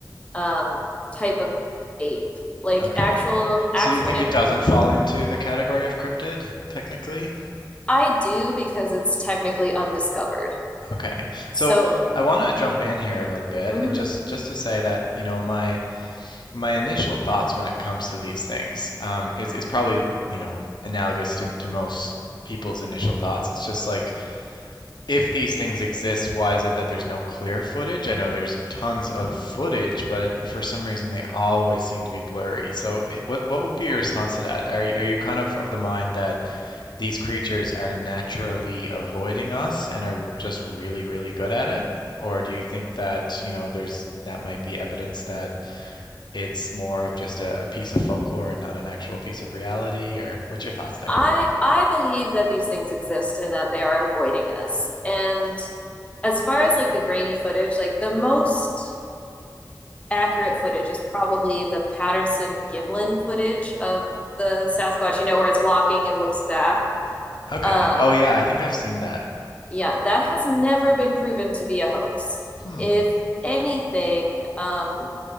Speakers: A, on the left; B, on the left.
A: um, type of ape, like
B: Okay.
A: actual
B: So
A: actual
B: do you think
A: anth-
B: it doesn't fall into the category of cryptid technically?
A: I do because it's technically undiscovered.
B: Okay. So
A: So
B: I want to jump in here a little bit
A: mhm.
B: and just just to say that, you know, my my initial thoughts when it comes to these things um, is is probably, you know, analogous to to most people's initial thoughts. It's just like if these things exist, why is it that there's no clear footage? I know there's tons of footage, but it- for some reason they always seem to be blurry. So, eh, what what would be your response to that? Are y- are you kind of of the mind that these creatures are naturally avoiding us and are just really, really good at it? Or do you think that, you know, there's that might be evidence that it's more of just a, a piece of folklore and not an actual piece of reality? Or what's your thoughts there?
A: I I believe that these things exist and that they are avoiding us. And as far as like the grainy footage, like the most accurate footage is probably the Patterson Gimlin footage of the Sasquatch, you know, where it's walking and looks back.
B: Okay.
A: Um,
B: Oh yeah, I think I've seen that.
A: yeah, that has never been proven to be a hoax.
B: Hmm.
A: If anything, um,